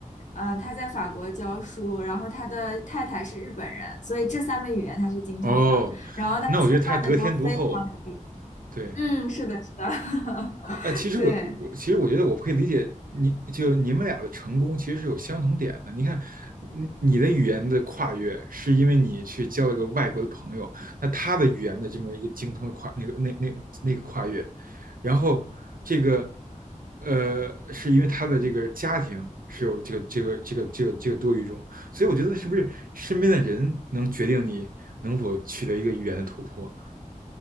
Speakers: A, on the left; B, on the right.
A: 呃他在法国教书，然后他的太太是日本人，所以这三门语言他是精通的。
B: 哦，
A: 然后他吃饭的时候非常流利。
B: 那我觉得他得天独厚，对。
A: 嗯，是的，是的，<laughs>
B: 呃，其实我我我其实我觉得我可以理解你，
A: 对，
B: 就你们俩的成功其实是有相同点的。你看，你你的语言的跨越是因为你去交了个外国的朋友，那他的语言的这么一个精通的跨那个那那那个跨越，然后这个呃，是因为他的这个家庭是有这个这个这个这个这个多语种，所以我觉得是不是身边的人能决定你能否取得一个语言的突破？